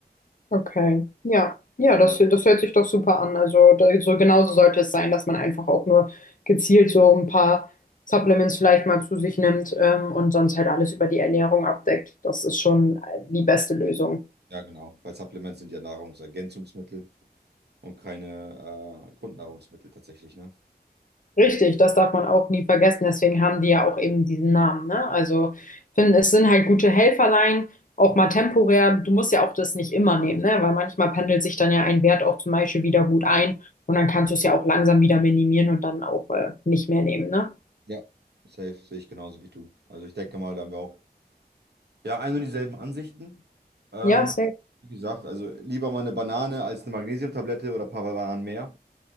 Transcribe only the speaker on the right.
Ja, genau, weil Supplements sind ja Nahrungsergänzungsmittel und keine äh, Grundnahrungsmittel tatsächlich, ne?
Ja, safe sehe ich genauso wie du. Also ich denke mal, da haben wir auch ja ein und dieselben Ansichten. Ähm,
wie gesagt, also lieber mal eine Banane als eine Magnesiumtablette oder ein paar Bananen mehr.